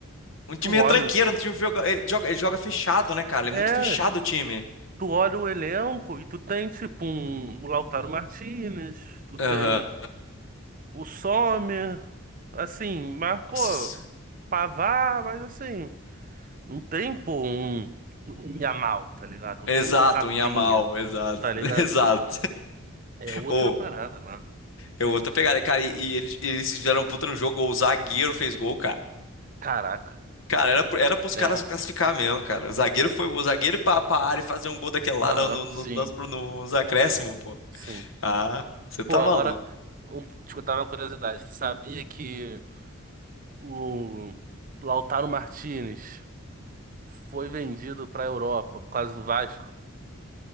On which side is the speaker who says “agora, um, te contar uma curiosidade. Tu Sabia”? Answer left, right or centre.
Right